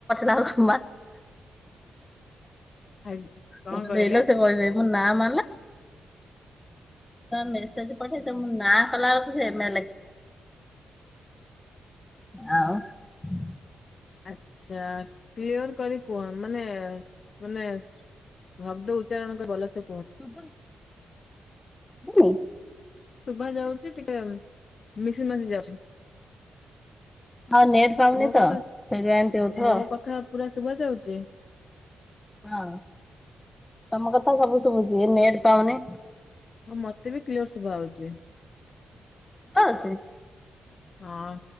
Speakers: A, on the left (about 20°); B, on the left (about 55°).
A: <unintelligible>
B: ଆ କଣ
A: ମୁ
B: କହିଲେ
A: ହେଲେ ସେ କହିବେ ନା ମ ମେଜ ପେଇ ନାଁ କଲାବେ ସେ ମେ <unintelligible>
B: ଆଛା କ୍ଲିୟର କରି କୁହନ ମାନେ ମାନେ ଭବଦ ଉଚ୍ଚାରଣଙ୍କ ଭଲ ସେ
A: ଶୁୁ <unintelligible>
B: ଉଭା ଯାଉଛି ଟିକେ ମିଶି ମାଶି ଯାଉଛି
A: ହଁ ନେଟ୍ ପାଉନି
B: ମୋ
A: ତ
B: କଥା
A: ସେଇଥିପାଇଁ ଏମିତି ହଉଥିବ
B: ମୋ କଥା ପୁରା ଶୁଭ ଯାଉଛି?
A: ହଁ ତମ କଥା ସବୁ ଶୁଭୁଛି ନେଟ ପାଉନି
B: ହଁ ମତେ ବି କ୍ଲିୟର ସଭା ହଉଛି।
A: ହଁ ସେ
B: ହଁ